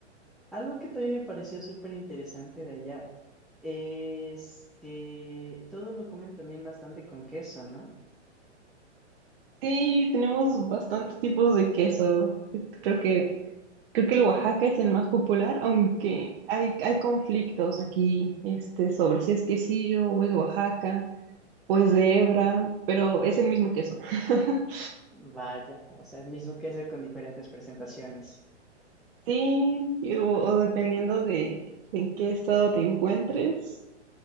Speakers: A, in the centre; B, on the right.
A: Algo que también me pareció súper interesante de allá es que todo lo comen también bastante con queso, ¿no?
B: sí, tenemos bastantes tipos de queso. Creo que, creo que el Oaxaca es el más popular, aunque hay, hay conflictos aquí, este, sobre si es quesillo o es Oaxaca. Pues de hebra, pero es el mismo queso. <laughs>
A: Vaya, o sea, el mismo queso con diferentes presentaciones.
B: Sí, y- o, o dependiendo de, de en qué estado te encuentres,